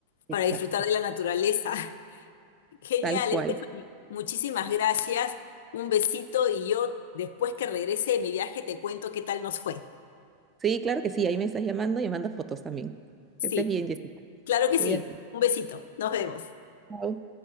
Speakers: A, on the left; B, on the right.
A: para
B: Exacto.
A: disfrutar de la naturaleza. <laughs> Genial,
B: Tal cual.
A: Stephanie. Muchísimas gracias. Un besito y yo después que regrese de mi viaje te cuento qué tal nos fue.
B: Sí, claro que sí. Ahí me estás llamando y me mandas fotos también.
A: Sí.
B: Que estés bien, Jessica.
A: Claro que
B: Cuídate.
A: sí. Un besito. Nos vemos.
B: Chao.